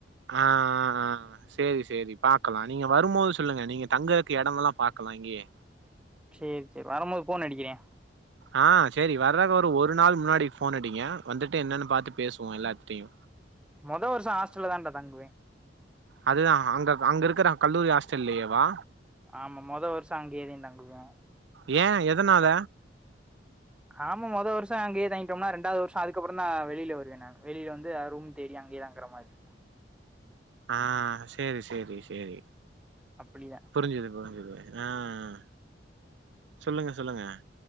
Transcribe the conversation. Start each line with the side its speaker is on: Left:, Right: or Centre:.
Right: ஆ ஆ ஆ ஆ செ சேரி சேரி பாக்கலா நீங்க வருபோது சொல்லுங்க நீங்க தங்கறக்கு எடமெல்லா பாக்கலா இங்கயே
Centre: சேரி செரி வரும்போது ஃபோன் அடிக்கிறே
Right: ஆ சேரி வர்றக்கு ஒரு நாள் முன்னாடி ஃபோன் அடிங்க வந்துட்டு என்னன் பாத்து பேசுவோ எல்லாத்திட்டையு
Centre: முதல் வருசோ ஹாஸ்டல்ல தான்ட தங்குவே
Right: அதுதா அங்க அங்க இருக்கற கல்லூரி ஹாஸ்டல்லலயேவா
Centre: ஆமா மொத வருசோ அங்கயேதே தங்குவே
Right: ஏ எதனால
Centre: ஆமா முதல் வருசோ அங்கேயே தாங்கிட்டம்னா ரெண்டாவது வருசோ அதுக்கப்புறந்தா வெளில வருவே நா வெளில வந்து அ ரூம் தேடி அங்கேயே தங்குற மாரி தான்டா
Right: ஆஹ் சேரி சேரி சேரி
Centre: அப்டிதா
Right: புரிஞ்சுது புரிஞ்சுது ஆஹ்‌ சொல்லுங்க சொல்லுங்க